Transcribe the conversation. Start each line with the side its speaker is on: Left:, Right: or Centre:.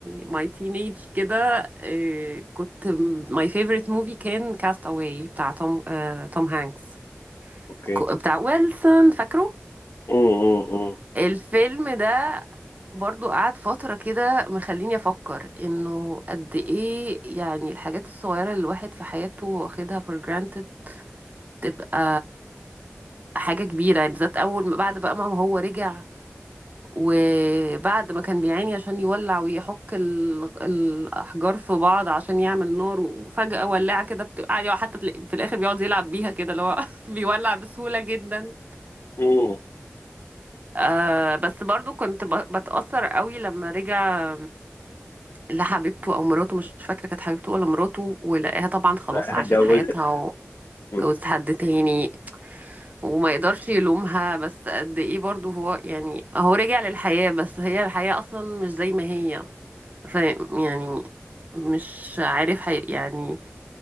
Right: ماي تينيج كده إيه، كنت ماي فيفورت موفي كان كاست اواي بتاع توم آه، توم هانكس
Left: اوكي
Right: ك- بتاع ويلسون فاكره
Left: امم
Right: الفيلم ده برضو قعد فترة كده مخليني أفكر إنه قد إيه يعني الحاجات الصغيرة اللي الواحد في حياته واخدها for granted تبقى حاجة كبيرة يعني بالذات أول ما بعد بقى ما هو رجع وبعد ما كان بيعاني عشان يولع ويحك ال- الأحجار في بعض عشان يعمل نار وفجأة ولاعة كده بتبقى يعني حتى تلاقي- في الآخر بيقعد يلعب بيها كده اللي هو <laughs> بيولع بسهولة جدا
Left: امم
Right: آه بس برضو كنت ب- بتأثر قوي لما رجع لحبيبته أو مراته مش فاكرة كانت حبيبته ولا مراته ولقاها طبعا خلاص
Left: بقى
Right: عاشت
Left: اتجوزت
Right: حياتها
Left: امم
Right: وجوزت حد تاني وما يقدرش يلومها بس قد ايه برضو هو يعني هو رجع للحياة بس هي الحياة اصلا مش زي ما هي ف يعني مش عارف حي يعني